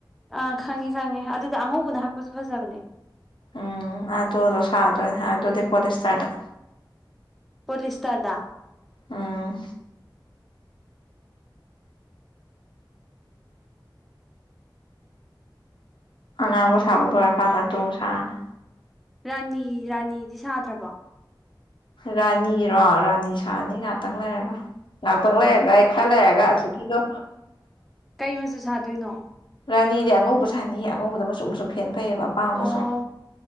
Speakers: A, in the centre; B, on the left.
A: ꯑꯥ ꯈꯪꯉꯦ ꯈꯪꯉꯦ ꯑꯗꯨꯗ ꯑꯉꯧꯕꯅ ꯍꯛꯄꯁꯨ ꯐꯖꯕꯅꯦ
B: ꯎꯝ ꯑꯗꯨꯗꯣ ꯁꯥꯗꯣꯏꯅꯤ ꯑꯗꯨꯗꯤ ꯄꯣꯂꯤꯏꯇꯔꯗ
A: ꯄꯣꯂꯤꯁꯇꯔꯗ
B: ꯎꯝ ꯑꯉꯥꯡꯕ ꯁꯥꯕ ꯂꯣꯏꯔꯀꯥꯟꯗ ꯑꯗꯨꯃꯨꯛ ꯁꯥꯅꯤ
A: ꯔꯥꯅꯤ ꯔꯥꯅꯤꯗꯤ ꯁꯥꯗ꯭ꯔꯕꯣ
B: ꯔꯥꯅꯤꯔꯣ ꯔꯥꯅꯤ ꯁꯥꯅꯤ ꯉꯥꯛꯇꯪ ꯂꯩꯔꯒ ꯉꯥꯛꯇꯪ ꯂꯩꯔꯒ ꯌꯦ ꯈꯔ ꯂꯩꯔꯒ ꯑꯖꯤꯛꯀꯤꯗꯣ
A: ꯀꯩ ꯃꯆꯨ ꯁꯥꯗꯣꯏꯅꯣ
B: ꯔꯥꯅꯤꯗꯤ ꯑꯉꯧꯕ ꯁꯥꯅꯤꯍꯦ ꯑꯉꯧꯕꯗ ꯃꯆꯨ ꯃꯆꯨ ꯐꯦꯟ ꯐꯩꯑꯕ ꯑꯄꯥꯝꯕ ꯃꯆꯨ
A: ꯑꯣ